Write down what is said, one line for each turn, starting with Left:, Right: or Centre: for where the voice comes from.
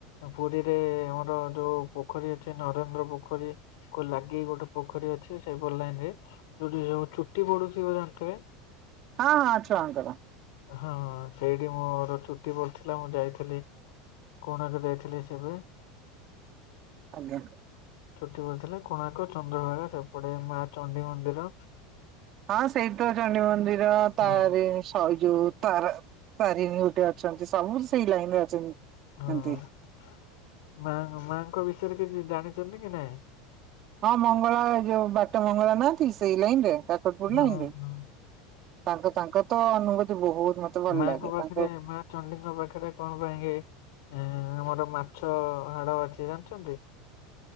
Left: ପୁରୀରେ ଆମର ଯୋଉ ପୋଖରୀ ଅଛି ନରେନ୍ଦ୍ର ପୋଖରୀ କୁ ଲାଗି ଗୋଟେ ପୋଖରୀ ଅଛି ସେଇ ପଟ ଲାଇନ୍ ରେ। ଯୋଉଠି ଯୋଉ ଚୁଟି ପଡୁଥିବ ଜାଣିଥିବେ।
Right: ହଁ ହଁ ଛୁଆଙ୍କର।
Left: ହଁ ହଁ ସେଇଠି ମୋ ର ଚୁଟି ପଡିଥିଲା ମୁଁ ଯାଇଥିଲି, କୋଣାର୍କ ଯାଇଥିଲି ସେବେ।
Right: ଆଜ୍ଞା।
Left: ଛୁଟି <unintelligible> କୋଣାର୍କ, ଚନ୍ଦ୍ରଭାଗା ସେପଟେ ମା ଚଣ୍ଡୀ ମନ୍ଦିର
Right: ହଁ ସେଇଠି ତ ଚଣ୍ଡୀ ମନ୍ଦିର ତାର
Left: ହଁ
Right: ସୈଯୁ ତାରା ତାରିଣୀ ଗୋଟେ ଅଛନ୍ତି ସବୁ ସେଇ ଲାଇନ୍ ରେ ଅଛନ୍ତି।
Left: ହଁ।
Right: ଏମତି
Left: ମା ମାଙ୍କ ବିଷୟରେ କିଛି ଜାଣିଛନ୍ତି କି ନାଇଁ?
Right: ହଁ ମଙ୍ଗଳା ଏ ଯୋଉ ବାଟ ମଙ୍ଗଳା ନାହାନ୍ତି ସେଇ ଲାଇନ ରେ। କାକର୍ ପଡିଲାଇଁ
Left: ହଁ ହଁ
Right: କି
Left: ହଁ
Right: ତାଙ୍କ ତାଙ୍କ ତ ଅନୁଭୂତି ବହୁତ ମ ତେ ଭଲ୍
Left: ମାଙ୍କ
Right: ଲାଗେ
Left: ପାଖରେ
Right: ତାଙ୍କେ
Left: ମା ଚଣ୍ଡୀଙ୍କ ପାଖରେ କଣ ପାଇଁ କି ଏ ଆମର ମାଛ ହାଡ ଅଛି ଜାଣିଛନ୍ତି?